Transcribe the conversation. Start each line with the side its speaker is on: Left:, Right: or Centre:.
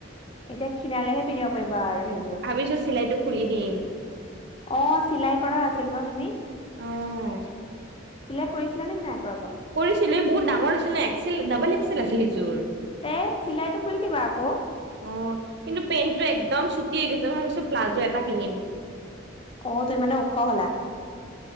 Left: এতিয়া ক্ষীণালেহে পিন্ধিব পাৰিবা আৰু সেইয
Right: ভাবিচো চিলাইটো খুলি দিম।
Left: অ চিলাই কৰা আছিল ন তুমি?
Right: অহ।
Left: চিলেই কৰিছিলা নে নাই কৰা বাও?
Right: কৰিছিলো বহুত ডাঙৰ আছিল নে এক্সেল ডাবল এক্সেল আছিল সেইযোৰ।
Left: এ চিলাইটো খুলি দিবা আক।
Right: অ কিন্তু পেণ্টটো একদম চুটি হৈ গৈছে মই ভাবিছো প্লাজো এটা কিনিম।
Left: অ তুমি মানে ওখ হ'লা?